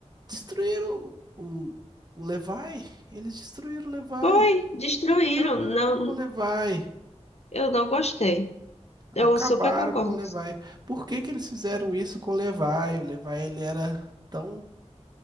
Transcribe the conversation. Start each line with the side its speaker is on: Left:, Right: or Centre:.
Right: Destruíram o, o Levi. Eles destruíram o Levi.
Left: Foi, destruíram.
Right: Acabaram
Left: Não,
Right: com o Levi.
Left: eu não gostei. Eu
Right: Acabaram
Left: super concordo.
Right: com o Levi. Por que que eles fizeram isso com o Levi? O Levi, ele era tão,